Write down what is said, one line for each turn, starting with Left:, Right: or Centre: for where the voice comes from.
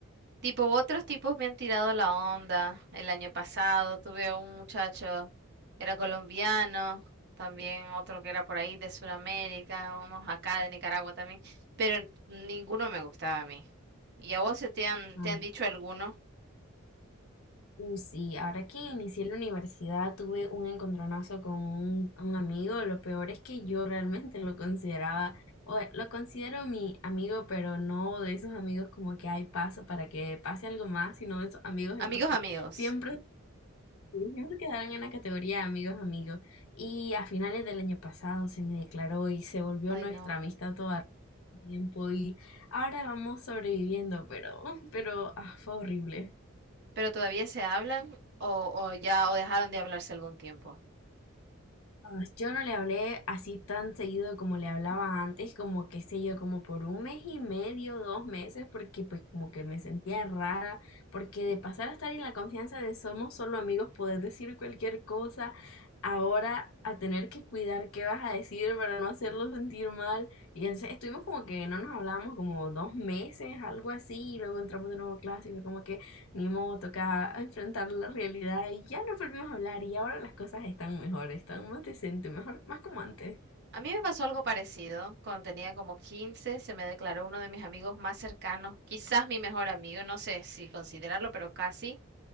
Right: Tipo, otros tipos me han tirado la onda. El año pasado tuve a un muchacho, era colombiano, también otro que era por ahí de Sudamérica, unos acá de Nicaragua también, pero ninguno me gustaba a mí. ¿Y a vos se te han,
Left: Ay,
Right: te han dicho alguno?
Left: Uh, sí, ahora que inicié la universidad tuve un encontronazo con un, un amigo. Lo peor es que yo realmente lo consideraba, o eh, lo considero mi amigo, pero no de esos amigos como que hay paso para que pase algo más, sino de esos amigos
Right: Amigos,
Left: en los que
Right: amigos.
Left: siempre, siempre quedarán en la categoría de amigos, amigos. Y a finales del año pasado se me declaró y se volvió
Right: Ay,
Left: nuestra
Right: no.
Left: amistad toda el tiempo y ahora vamos sobreviviendo, pero, pero ah, fue horrible.
Right: ¿Pero todavía se hablan o, o ya o dejaron de hablarse algún tiempo?
Left: Ah, Yo no le hablé así tan seguido como le hablaba antes, como qué sé yo, como por un mes y medio, dos meses, porque pues como que me sentía rara, porque de pasar a estar en la confianza de somos solo amigos, poder decir cualquier cosa, ahora a tener que cuidar qué vas a decir para no hacerlo sentir mal. Y entonces estuvimos como que no nos hablábamos como dos meses, algo así, y luego entramos de nuevo a clase y fue como que... Ni modo, toca enfrentar la realidad y ya nos volvimos a hablar y ahora las cosas están mejor, están más decentes, mejor, más como antes.
Right: A mí me pasó algo parecido. Cuando tenía como 15, se me declaró uno de mis amigos más cercanos, quizás mi mejor amigo, no sé si considerarlo, pero casi.